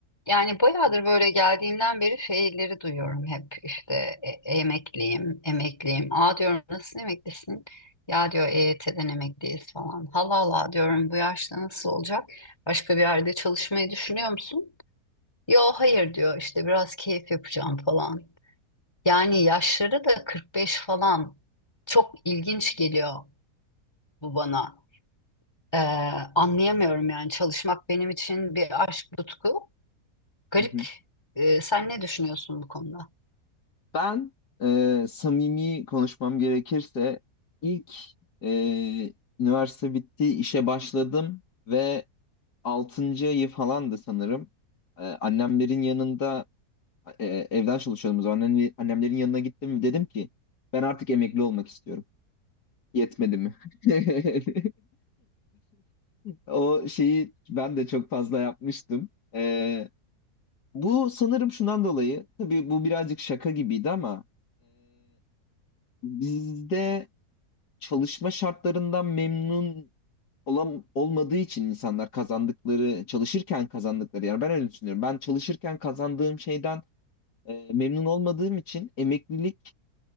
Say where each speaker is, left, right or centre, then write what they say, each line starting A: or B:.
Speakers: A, on the left; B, on the left.
A: Yani bayağıdır böyle geldiğimden beri şeyleri duyuyorum hep işte e- emekliyim, emekliyim. Aa diyorum nasıl emeklisin? Ya diyor EYT'den emekliyiz falan. Hala hala diyorum bu yaşta nasıl olacak? Başka bir yerde çalışmayı düşünüyor musun? Yo hayır diyor işte biraz keyif yapacağım falan. Yani yaşları da 45 falan çok ilginç geliyor bu bana. Ee, anlayamıyorum yani çalışmak benim için bir aşk tutku. Garip.
B: Hı hı.
A: Ee, sen ne düşünüyorsun bu konuda?
B: Ben e, samimi konuşmam gerekirse ilk e, üniversite bitti, işe başladım ve 6. ayı falandı sanırım. E, annemlerin yanında e, evden çalışıyordum. o zaman. Annem, annemlerin yanına gittim dedim ki ben artık emekli olmak istiyorum. Yetmedi mi? <laughs> O şeyi ben de çok fazla yapmıştım. E, bu sanırım şundan dolayı, tabii bu birazcık şaka gibiydi ama bizde çalışma şartlarından memnun olan olmadığı için insanlar kazandıkları çalışırken kazandıkları yani ben öyle düşünüyorum. Ben çalışırken kazandığım şeyden e, memnun olmadığım için emeklilik